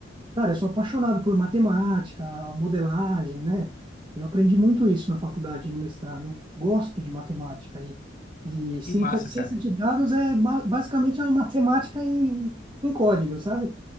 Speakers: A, on the right; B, on the left.
A: cara, eu sou apaixonado por matemática, modelagem, né? Eu aprendi muito isso na faculdade, no mestrado. Eu gosto de matemática E, e
B: Que
A: ciência,
B: massa,
A: ciência
B: cara.
A: de dados é ba- basicamente é uma matemática em, em código, sabe?